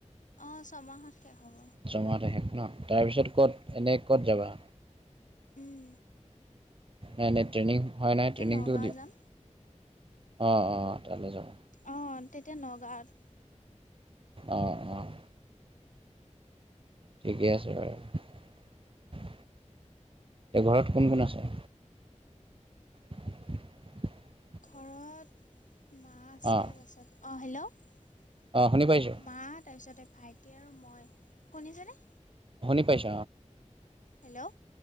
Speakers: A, on the left; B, on the right.
A: অ, ছমাহত শেষ হ'ব
B: জমা তাহেষ ন তাৰপিছত ক'ত এনে ক'ত যাবা
A: উম,
B: নাই-নাই ট্ৰেইনিং হোৱা নাই। ট্ৰেইনিংটোও
A: নগাঁও
B: দিম।
A: যাম
B: অ', অ', তালৈ যাব।
A: অ, তেতিয়া নগাৱত।
B: অহ - অহ। ঠিকে আছে বাৰু। এ ঘৰত কোন - কোন আছে। <unintelligible>
A: ঘৰত মা আছে
B: অঁ
A: তাৰপিছত অ, হেল্ল',
B: অঁ শুনি পাইছোঁ
A: মা তাৰপিছতে ভাইটি আৰু মই শুনিছনে
B: হনি পাইছ।
A: হেল্ল',